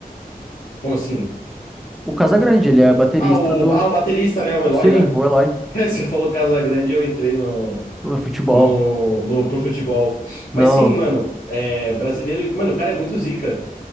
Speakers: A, on the left (about 60°); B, in the centre.
A: Como assim?
B: O Casagrande, ele é baterista
A: Ah, o,
B: do.
A: ah, o baterista, né? O Eloy,
B: Sim,
A: né?
B: o Eloy,
A: <laughs> Você falou Casa Grande, eu entrei no.
B: no futebol.
A: no, no, pro futebol. Mas
B: Não.
A: sim, mano, é brasileiro e, mano, o cara é muito zica.